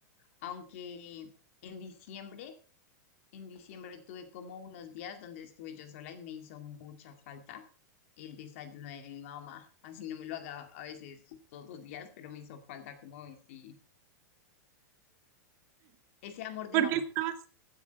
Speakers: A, on the left (about 45°); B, on the right (about 30°).
A: aunque en diciembre En diciembre tuve como unos días donde estuve yo sola y me hizo mucha falta el desayuno de mi mamá. Así no me lo haga a veces todos los días, pero me hizo falta como ese, ese amor de
B: ¿Por
A: mamá.
B: qué estabas?